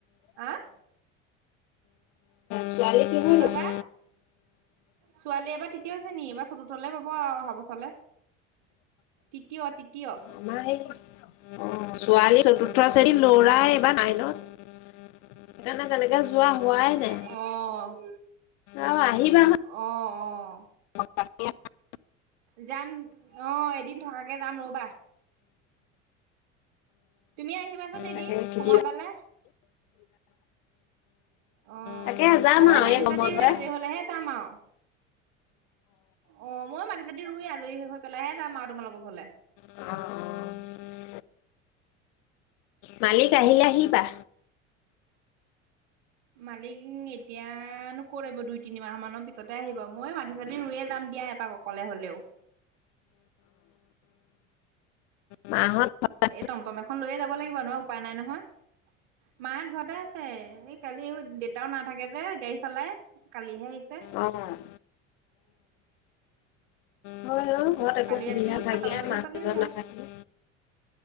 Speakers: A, on the right (about 60°); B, on the left (about 45°).
A: আ'
B: ছোৱালী কিহত
A: কি
B: এইবাৰ?
A: কৈছা? ছোৱালী এবাৰ তৃতিয় শ্ৰেনি এইবাৰ চতুৰ্থলৈ পাব আৰু অহা বছৰলে। তৃতীয় তৃতীয়।
B: আমাৰ এই অ' ছোৱালী চতুৰ্থ শ্ৰেনী লৰাই এইবাৰ নাইনত। <unintelligible> তেনেকে যোৱা হোৱাই নাই,
A: অ',
B: আৰু আহিবা
A: অ', অ'
B: <inaudible>
A: যাম, অ', এদিন থকা কে যাম ৰ'বা। তুমি আহিবা এদিন
B: তাকে খেতি
A: সময় পালে। অ',
B: তাকে যাম
A: মই
B: আৰু
A: মাটি,
B: এই গম
A: চাটি
B: বন্ধতে।
A: ৰুই আজৰি হ'লেহে যাম আৰু, অ', মই মাটি মাটি-চাটি ৰুই আজৰি হয় পেলাইহে যাম আৰু তোমালোকক ঘৰলে।
B: অ'। মালিক আহিলে, আহিবা।
A: মালিক এতিয়ানো ক'ত আহিব, দুই-তিনিমাহ মানৰ পিছতে আহিব। মই মাটি-চাটি ৰুয়ে যাম দিয়া এপাক অকলে হলেও।
B: মাহত <unintelligible>
A: এই টমটম এখন লৈয়ে যাব লাগিব নহ। উপায় নাই নহয়। মাহঁত ঘৰতে আছে, এই কালি দেউতাও নাথাকে যে গাড়ী চলাই, কালিহে আহিছে।
B: অ'। হয় অ', ঘৰত একো
A: কালি
B: সুবিধা
A: ৰাতি
B: <unintelligible>
A: সাতটামান বজাত
B: মানুহজন
A: পালেহি আৰু
B: নাথাকিলে।